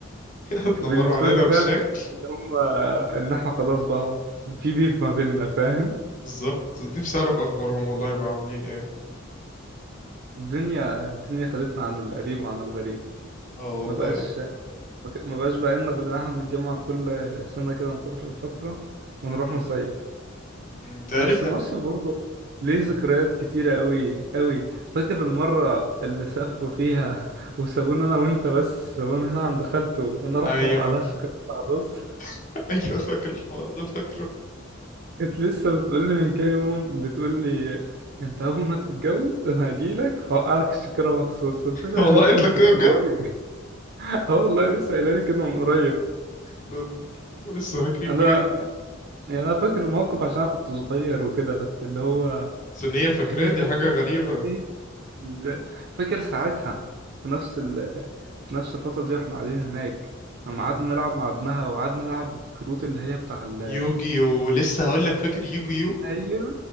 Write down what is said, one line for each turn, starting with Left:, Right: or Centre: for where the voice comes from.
Left: اتنمروا
Right: كان بالنسبه
Left: علينا
Right: لنا فاهم
Left: بشكل
Right: ان هم ان احنا خلاص بقى هو في بيف ما بيننا فاهم
Left: بالظبط نفسي اعرف اخبارهم والله يبقوا عاملين ايه
Right: الدنيا الدنيا خدتنا عن القريب وعن الغريب
Left: اه والله
Right: ما بقاش ما بقاش بقى لنا غير ان احنا نتجمع كل سنه كده من فتره لفتره ونروح
Left: امم
Right: نصيف
Left: امم ده
Right: بس
Left: قريب
Right: النصب
Left: لا
Right: برضه ليه
Left: امم
Right: ذكريات كتيرة قوي قوي فاكر المرة اللي سافروا فيها <laughs> وسابونا أنا وأنت بس سابونا هنا عند خالته وأنا رحت
Left: ايوه
Right: مقلعش كنت على الرز
Left: <laughs> ايوه فاكر الحوار ده فاكره
Right: كانت لسه بتقولي من كام يوم بتقولي أنت أول ما تتجوز أنا هجيلك وهوقعلك الشكرا مخصوص قلت
Left: <laughs>
Right: لها
Left: والله
Right: يا خالته
Left: قلت
Right: أنت
Left: لك كده
Right: تنوري
Left: بجد
Right: <laughs> أه والله لسه قايلة لي كده من قريب
Left: لول ولسه فاكرين
Right: أنا
Left: بجد
Right: يعني أنا فاكر الموقف عشان أنا كنت صغير وكده بس اللي هو
Left: بس ان هي فاكراه
Right: هي
Left: دي
Right: فاكرة
Left: حاجه غريبه
Right: إيه؟ ال- فاكر ساعتها في نفس ال... في نفس الفترة دي واحنا قاعدين هناك لما
Left: امم
Right: قعدنا نلعب مع ابنها وقعدنا نلعب بالكروت اللي هي بتاع ال...
Left: يوجيو لسه هقول لك فاكر يوجيو
Right: ايوه